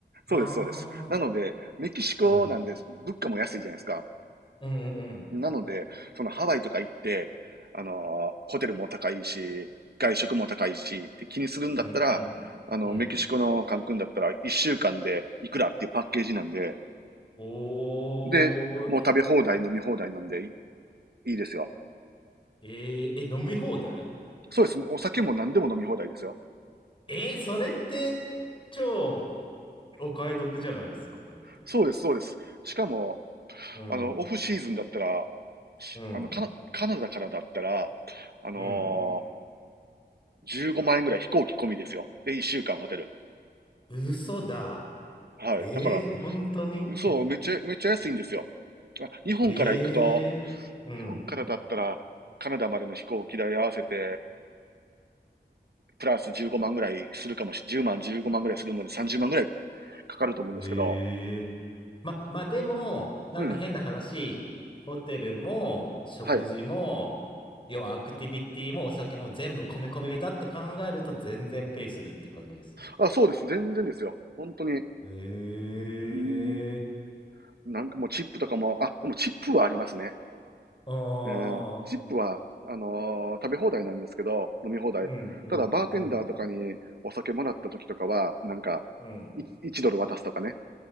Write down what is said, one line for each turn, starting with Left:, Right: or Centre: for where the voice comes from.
Right: そうです、
Left: ああ、
Right: そうです。なので、メキシコなんです。
Left: うん。
Right: 物価も安いじゃないですか。
Left: うんうんうん。
Right: なので、そのハワイとか行って、あのホテルも高いし、外食も高いしって気にするんだったら、
Left: うんうん。
Right: あの、
Left: うん。
Right: メキシコのカンクンだったら1週間でいくらっていうパッケージなんで、
Left: おー、
Right: で、もう食べ放題、飲み放題なんでいいいですよ。
Left: えー、え、飲み放題
Right: そうです。お酒も何でも飲み放題ですよ。
Left: えー、それって超お買い得じゃないですか、だって。
Right: そうです、そうです。しかも、
Left: うん、
Right: あの、オフシーズンだったら、しあの、
Left: うん、
Right: カナ、カナダからだったら、あのー
Left: うん。
Right: 15万円ぐらい飛行機込みですよ。で、1週間ホテル。
Left: 嘘だ。
Right: はい。
Left: えー、
Right: だから、
Left: 本当に
Right: そう、めっちゃ、めっちゃ安いんですよ。あ、
Left: <laughs>
Right: 日本から行くと、
Left: えー、うん。
Right: 日本からだったら、カナダまでの飛行機代合わせて、プラス15万ぐらいするかもし、10万、15万ぐらいするので30万ぐらいかかると思うんですけど、
Left: へえま、まあでも、なんか変な話、
Right: うん。
Left: ホテルも食事も、
Right: はい。
Left: 要はアクティビティもお酒も全部込み込みだって考えると全然ペイするって感じですんじゃあ。
Right: あ、そうです。全然ですよ。本当に、
Left: ええ
Right: うーん、なんかもうチップとかも、あ、でもチップはありますね。
Left: あ
Right: えー、チップは、
Left: あ、
Right: あのー食べ放題なんですけど、飲み放題。
Left: うん、うん、
Right: ただ、バーテンダーとかにお酒もらった時とかは、
Left: うん、
Right: なんか、
Left: うん。
Right: い1ドル渡すとかね。